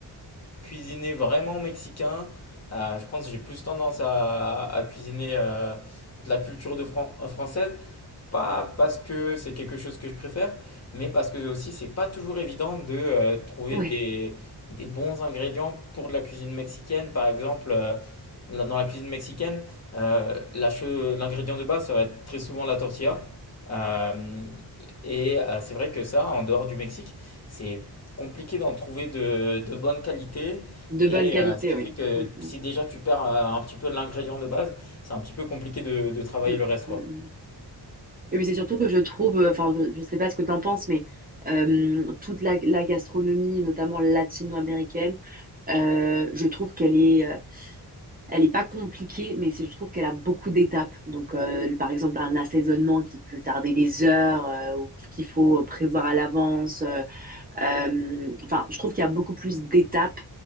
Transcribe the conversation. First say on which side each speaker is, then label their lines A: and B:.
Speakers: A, on the left; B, on the right.
A: cuisiné vraiment mexicain. Euh, je pense que j'ai plus tendance à, à cuisiner euh, de la culture de Fran- euh, française pas parce que c'est quelque chose que je préfère, mais parce que aussi c'est pas toujours évident de euh, trouver
B: Oui, oui,
A: des, des bons ingrédients pour de la cuisine mexicaine. Par exemple, euh, là, dans la cuisine mexicaine, euh, la cho- l'ingrédient de base, ça va être très souvent la tortilla. Euh, et euh, c'est vrai que ça, en dehors du Mexique, c'est compliqué d'en trouver de, de bonne qualité.
B: De
A: Et
B: bonne qualité,
A: euh, ce qui
B: oui.
A: fait que
B: Mm, mm,
A: si déjà tu perds euh, un petit peu l'ingrédient de base, c'est un petit peu compliqué de, de travailler
B: mm,
A: le reste, quoi.
B: mm, mm. Et puis c'est surtout que je trouve, euh, enfin, je, je sais pas ce que t'en penses, mais euh, toute la, la gastronomie, notamment latino-américaine, euh, je trouve qu'elle est, euh, elle est pas compliquée, mais c'est- je trouve qu'elle a beaucoup d'étapes. Donc, euh, par exemple, un assaisonnement qui peut tarder des heures, euh, ou qu'il faut prévoir à l'avance. euh, Euh, enfin, je trouve qu'il y a beaucoup plus d'étapes